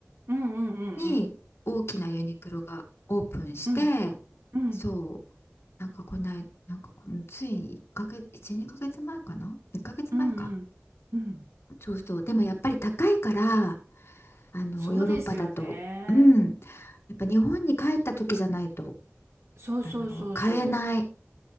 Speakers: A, on the right; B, on the left.
A: うんうんうんうん。
B: に大きなユニクロがオープンして、
A: うんうん
B: そう、なんかこない、なんかこのつい1ヶ月、1、2ヶ月前かな ?1 ヶ月前か。
A: うんうんうん。
B: そうそう。でもやっぱり高いから、あの、
A: そうですよね。
B: ヨーロッパだと、うん。やっぱ日本に帰った時じゃないと、
A: そうそうそうそ
B: あの、買えない。